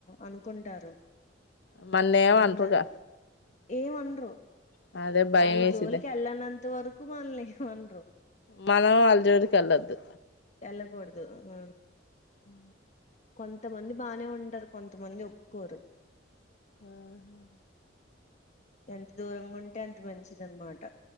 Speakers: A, on the left; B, on the left.
A: అనుకుంటారు
B: వాళ్ళు ఏం
A: అందరు
B: అనరుగా
A: ఏమనరు
B: అదే భయం
A: వాళ్ళ
B: వేసిద్ది
A: జోలికి వెళ్ళనంత వరకు మనల్ని ఏమనరు
B: మనం అల్ల జోలికి వెళ్ళదు
A: వెళ్ళకూడదు ఆ
B: ఊ
A: కొంతమంది బానే ఉంటారు కొంతమంది ఒప్పుకోరు
B: ఆహా
A: ఎంత దూరంగా ఉంటే అంత మంచిదనమాట